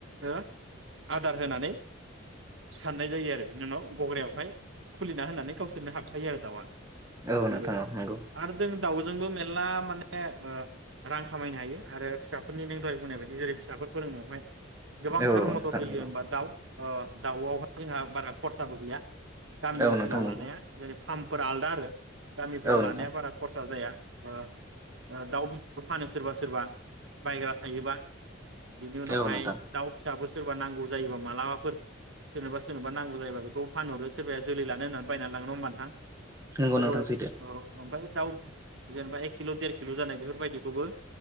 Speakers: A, on the right (about 65°); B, on the right (about 15°).
A: ओ आदार होनानै साननाय जायो आरो बिनि उनाव गग्रायावहाय खुलिना होनानै गावसोरनो हाबखायो आरो दाउआ ।
B: औ
A: बेबायदि
B: नोंथां औ नंगौ
A: आरो जों दाउ जोंबो मेरला माने ओ रां खामनो हायो आरो फिसाफोरनि नों दहाय बुंनाय बायदि जेरै फिसाफोर फोरोंनायावहाय गोबांथार
B: औ
A: मदद
B: नोंथां
A: होयो
B: नंगौ
A: होमबा दाउ । अ दाउआवहाय जोंहा बारा खरसाबो गैया । गामि
B: औ
A: ओनसोलाव
B: नोंथां नंगौ
A: लानाया जेरै फार्मफोरा आलदा आरो । गामिफोराव
B: औ नोंथां
A: लानाया बारा खरस सा जाया ओ ओ दाउ बिबबो फानो सोरबा सोरबा बाय्रा थायोबा बिनि उनावहाय
B: औ नोंथां
A: दाउ फिसाबो सोरबा नांगौ जायोबा मालाबाफोर सोरनोबा सोरनोबा नांगौ जायोबा बेखौ फानहरो सोरबाया जोलै लानो होननानै बायना लाङो नङा होमबा नोंथां?
B: नंगौ
A: बेखौबो
B: नोंथां सैथो
A: औ ओमफाय दाउ जेनेबा एक किल' देर किल' जानाय बेफोरबायदिखौबो